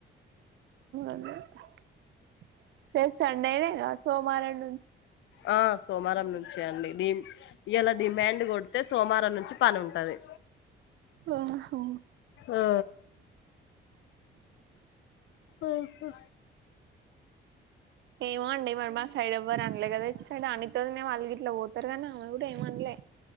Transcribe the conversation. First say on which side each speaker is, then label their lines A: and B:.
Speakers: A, on the right; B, on the left.
A: అదే రేపు సండేన్నే గద సోమవారం నుం
B: ఆ సోమవారం నుంచే అండి ఇయాల డిమాండ్ కొడ్తే సోమవారం నుంచి పనుంటది
A: ఆహా హు
B: ఆ, ఆహా
A: ఏమో అండి మరి మా సైడ్ ఎవ్వరు అనలే కదా ఇట్ సైడ్ అనితోదినే అలు గిట్లా పోతు రన ఆవిడే మన్లే